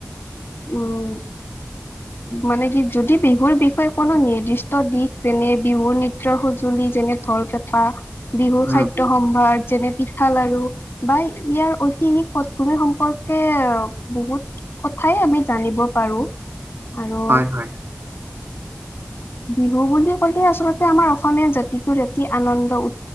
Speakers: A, on the left; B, on the right.
A: উম। মানে কি যদি বিহুৰ বিষয়ে কোনো নিৰ্দিষ্ট দিশ যেনে বিহুৰ নৃত্য সুজ যেনে ধল পেঁপা বিহুৰ
B: উম
A: খাদ্য
B: উম।
A: সম্ভাৰ যেনে পিঠা লাাৰু বা ইয়াৰ ঐতিহাসিক পটভূমি সম সম্পৰ্কে বহুত কথাই আমি জানিব পাৰো। আৰু
B: হয় হয়।
A: বিহু বুলি ক'লে আচলতে আমাৰ অসমীয়া জাতিটোৰ এটি আনন্দ উ